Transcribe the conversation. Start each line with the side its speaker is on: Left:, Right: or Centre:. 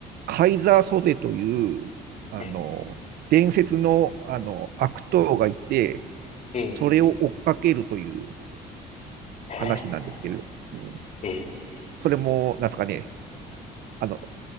Right: カイザー・ソゼという、あの、
Left: ええ。
Right: 伝説の、あの、悪党がいて、
Left: ええ。
Right: それを追っかけるという
Left: え
Right: 話なんですけれど、うん、
Left: え。ええ。
Right: それも、なんですかね、あの、